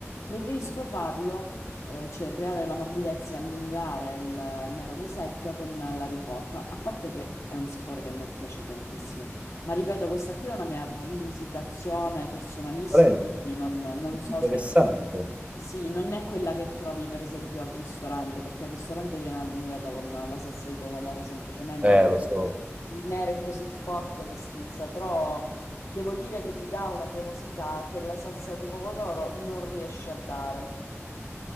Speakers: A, on the left (about 80°); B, on the right (about 25°).
A: preferisco farlo, eh, cioè creare la morbidezza e allungare il nero di seppia con la ricotta, a parte che è un sapore che a me piace tantissimo. Ma ripeto, questa qui è una mia rivisitazione personalissima,
B: Prendi.
A: quindi non, non so
B: Interessante.
A: se... Sì, non è quella che trovi per esempio al ristorante, perché al ristorante viene allungata con la salsa di pomodoro semplicemente.
B: Eh, lo so.
A: Il nero è così forte che schizza, però devo dire che gli dà una cremosità che la salsa di pomodoro non riesce a dare.